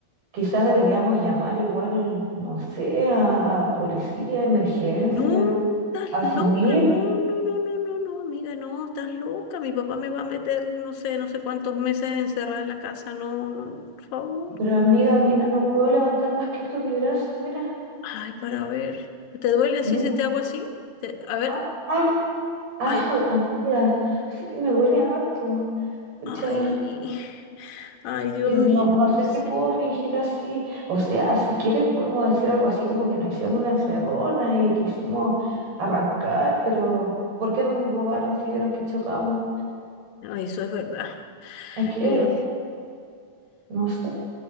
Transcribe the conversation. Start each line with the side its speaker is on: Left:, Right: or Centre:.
Right: Quizás deberíamos llamar igual, no sé, a, a policía, emergencia,
Left: No, estás
Right: asumir.
Left: loca, no, no, no, no, no, no, amiga, no, estás loca. Mi papá me va a meter, no sé, no sé cuántos meses encerrada en la casa, no, no, por favor.
Right: Pero amiga, mira, no puedo levantar más que esto en mi brazo. Mira,
Left: Ay, para ver, ¿te duele así
Right: mira.
Left: si te hago así? Te- a ver,
Right: Ah, ah, Ah,
Left: ay,
Right: amiga, sí que me duele harto. Pucha,
Left: ay, ay, Dios
Right: que
Left: mío,
Right: no, no
Left: no
Right: sé
Left: sé.
Right: si puedo fingir así. O sea, si quieres podemos decir algo así como que nos hicieron una encerrona y quisimos arrancar, pero ¿por qué no nos robaron si vieron que chocamos?
Left: Ay, eso es verdad.
Right: Es que,
Left: Eh,
Right: no sé,